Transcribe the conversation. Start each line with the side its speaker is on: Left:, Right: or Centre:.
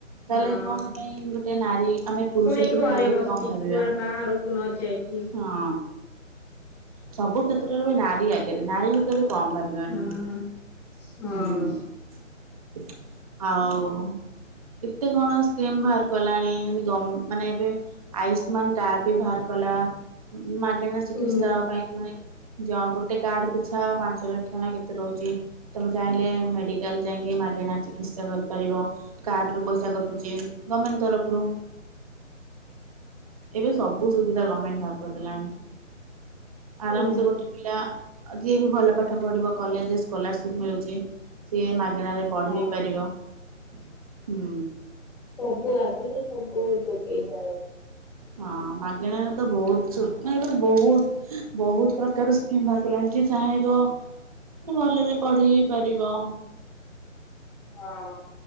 Right: ତାହେଲେ
Centre: ହଁ
Right: କଣ ପାଇଁ ଗୋଟେ ନାରୀ ଆମେ ପୁରୁଷ
Centre: ପୁଣି
Right: ଠୁ
Centre: ଘରେ
Right: ନାରୀ
Centre: ବସିକି
Right: କଣ ଭାବିବା।
Centre: କୁଆଡେ ବାହାରକୁ ନ ଯାଇକି
Right: ହଁ ସବୁ କ୍ଷେତ୍ରରେ ନାରୀ ଆଗରେ ନାରୀ କି କେବେ କମ ଭାବି ହୁଁ
Centre: ହଁ ହଁ
Right: ଆଉ କେତେ କଣ ସ୍କିମ ବାହାର କଲାଣି ଗମ୍ ମାନେ ଏବେ ଆୟୁଷ୍ମାନ କାର୍ଡ ବି ବାହାର କଲା ମାଗେଣା ଚିକିତ୍ସା
Centre: ହୁଁ
Right: ପାଇଁ। ମାନେ ଯ ଗୋଟେ କାର୍ଡ ପିଛା ପାଞ୍ଚ ଲକ୍ଷ ନା କେତେ ରହୁଛି। ତମେ ଚାହିଁଲେ ମେଡିକାଲ ଯାଇଁକି ମାଗେଣା ଚିକିତ୍ସା କରିପାରିବ। କାର୍ଡ଼ ରୁ ପଇସା କଟୁଛି ଗଭର୍ଣମେଣ୍ଟ୍ ତରଫରୁ। ଏବେ ସବୁ ସୁବିଧା ଗଭର୍ଣମେଣ୍ଟ ବହାର କରିଦେଲାଣି ଆରାମ୍
Centre: ହୁଁ।
Right: ସେ ଗୋଟେ ପିଲା ଯିଏ ବି ଭଲ ପାଠ ପଢିବ କଲେଜରେ ସ୍କଲାର ସିପ ମିଳୁଛି। ସିଏ ମାଗଣାରେ ପଢି
Centre: ହଁ
Right: ବିି ପାରିବ ହୁଁ
Centre: ସବୁ ଆଜିକାଲି ସବୁ ଯୋଗେଇ ଦିଆଉଛି।
Right: ହଁ ମାଗଣାରେ ତ ବହୁତ <inaudible> ଏବେ ବହୁତ ବହୁତ ପ୍ରକାର ସ୍କିମ୍ ଆସିଲାଣି ଚାହିଁବ। ଭଲରେ ପଢି ବି ପାରିବ।
Centre: ହଁ